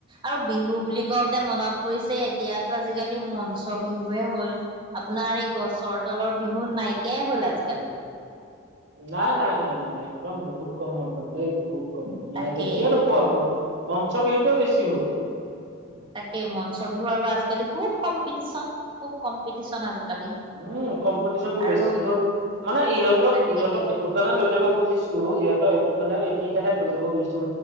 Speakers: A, on the right; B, on the right.
A: আৰু বিহু বুলি কওঁতে মনত পৰিছে এতিয়াতো আজি আজিকালি মঞ্চ বিহুৱে হ'ল, আপোনাৰ এই গছৰ তলৰ বিহু নাই কীয়া হ'ল আজিকালি।
B: নাই নাই নাই নাই নাই একদম বহুত কম হ ব দেই বহুত। ক
A: তাকেই
B: নাই দেখিব নোপোৱা হলো, মঞ্চ বিহুটোৱে বেছি হ'ল।
A: তাকে মঞ্চ বিহু আৰু আজিকালি খুব কম্পিটিশন। খুব কম্পিটিশন আজিকালি।
B: উম কম্পিটিশ্যনটো
A: আৰু
B: বেছি হ'ল মানে ইহঁতক-
A: তাকেই
B: ইহঁতক সেইটো কাৰণে লৈ যাব খুজিছো, ইহত এইটো কাৰণে এই তিনটাহে লৈ যাব খুজিছো।